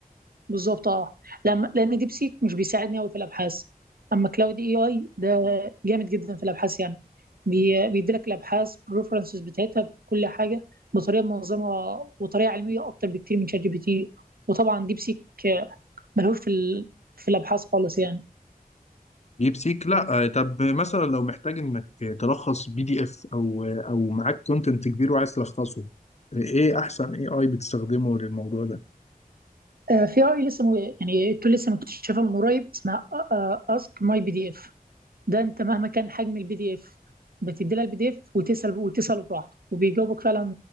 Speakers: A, on the right; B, on the left.
A: بالظبط اه لما لان ديب سيك مش بيساعدني قوي في الابحاث اما كلاود اي اي ده جامد جدا في الابحاث يعني بي... بيديلك الابحاث الريفرنسز بتاعتها بكل حاجه بطريقه منظمه وطريقه علميه اكتر بكتير من شات جي بي تي وطبعا ديب سيك آه، ملهوش في ال... في الابحاث خالص يعني
B: بيبسيك لا آه، طب مثلا لو محتاج انك تلخص بي دي اف او او معاك كونتنت كبير وعايز تلخصه آه، ايه احسن اي اي بتستخدمه للموضوع ده
A: آه، في اي لسه م... يعني التول لسه مكتشفه من قريب اسمها اسك ماي بي دي اف ده انت مهما كان حجم البي دي اف بتدي لها البي دي اف وتسال وتساله براحته وبيجاوبك فعلا